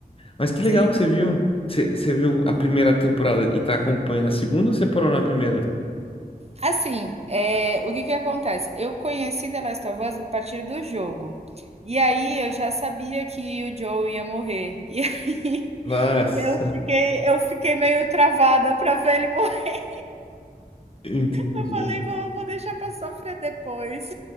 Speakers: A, on the left; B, on the right.
A: Mas que legal
B: sim.
A: que você viu. Você, você viu a primeira temporada e tá acompanhando a segunda ou você parou na primeira?
B: Assim, eh, o que que acontece? Eu conheci The Last of Us a partir do jogo. E aí eu já sabia que o Joel ia morrer. E aí
A: Nossa,
B: <laughs> eu fiquei eu fiquei meio travada para ver ele morrer.
A: entendi.
B: Eu falei: "Vou vou deixar para sofrer depois".